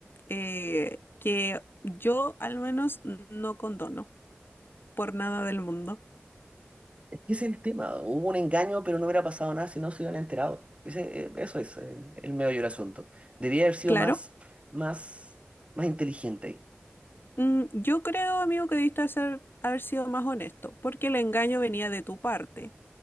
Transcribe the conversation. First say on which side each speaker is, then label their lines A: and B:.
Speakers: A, on the left; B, on the right.
A: eh, que yo al menos no condono por nada del mundo.
B: es que ese es el tema, hubo un engaño, pero no hubiera pasado nada si no se hubieran enterado. Ese, eh, eso es eh, el, medio del asunto. Debía haber sido
A: Claro,
B: más, más, más inteligente ahí.
A: mm, yo creo, amigo, que debiste hacer, haber sido más honesto porque el engaño venía de tu parte